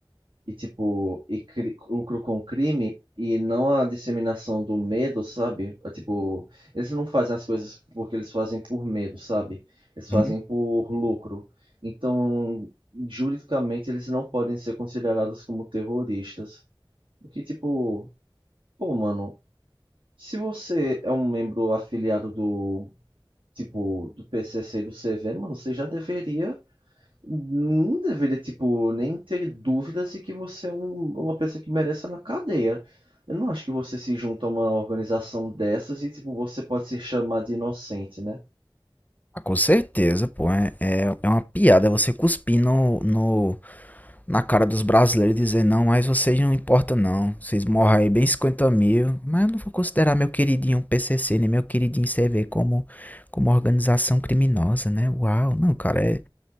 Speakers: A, on the right; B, on the left.
A: e tipo, e cri- lucro com crime e não a disseminação do medo, sabe? É, tipo, eles não fazem as coisas porque eles fazem por medo, sabe? Eles
B: Hum.
A: fazem por lucro. Então, juridicamente eles não podem ser considerados como terroristas. O que tipo, pô, mano, se você é um membro afiliado do, tipo, do PCC e do CV, mano, você já deveria. Não deveria, tipo, nem ter dúvidas de que você é um- uma pessoa que merece estar na cadeia. Eu não acho que você se junta a uma organização dessas e, tipo, você pode se chamar de inocente, né?
B: Ah, com certeza, pô. É, é, é uma piada você cuspir no, no, na cara dos brasileiros e dizer, não, mas vocês não importam não. Vocês morram aí bem 50 mil. Mas eu não vou considerar meu queridinho PCC, nem meu queridinho CV como, como organização criminosa, né? Uau. Não, cara, é,